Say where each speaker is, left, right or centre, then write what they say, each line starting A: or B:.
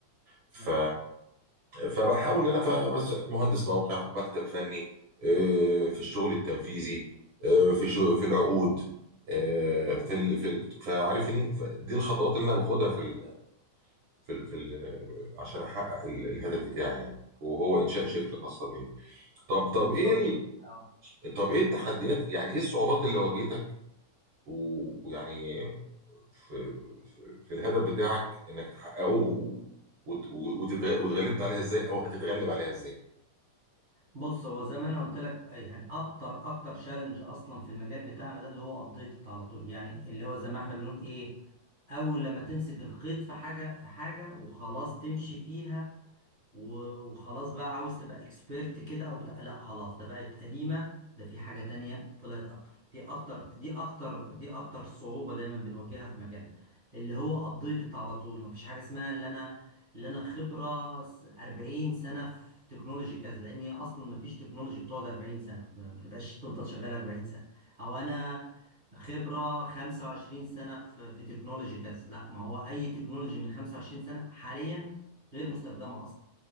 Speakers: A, on the right; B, on the right.
A: ف
B: ان
A: فبحاول ان انا ف- بس مهندس موقع مكتب فني آه، في الشغل التنفيذي آه، في شو في العقود آه، في ال... في ال... فعارفني ف- دي الخطوات اللي انا باخدها في ال... في ال... في ال... عشان احقق ال... الهدف بتاعي يعني وهو انشاء شركه
B: شاء
A: خاصه بيا طب طب
B: إن
A: ايه
B: شاء الله آه.
A: ال... طب ايه التحديات يعني ايه الصعوبات اللي واجهتك و- ويعني في في في الهدف بتاعك انك تحققه و- وت- وتتغ- واتغلبت عليها ازاي او هتتغلب عليها ازاي
B: بص هو زي ما انا قلت لك آه، يعني اكتر اكتر تشالنج اصلا في المجال بتاعنا ده اللي هو ابديت على طول يعني اللي هو زي ما احنا بنقول ايه اول لما تمسك الخيط في حاجه في حاجه وخلاص تمشي فيها و- وخلاص بقى عاوز تبقى اكسبيرت كده او بتاع لا خلاص ده بقت قديمة ده في حاجة تانية طلعت اكتر دي اكتر دي اكتر دي اكتر صعوبة دايما بنواجهها في مجالنا اللي هو ابديتد على طول مفيش حاجة اسمها اللي انا اللي انا خبرة س- 40 سنة في تكنولوجي كذا لان هي اصلا مفيش تكنولوجي بتقعد 40 سنة ما بتبقاش تفضل شغال 40 سنة او انا خبرة 25 سنة في في تكنولوجي كذا لا ما هو اي تكنولوجي من 25 سنة حاليا غير مستخدمة اصلا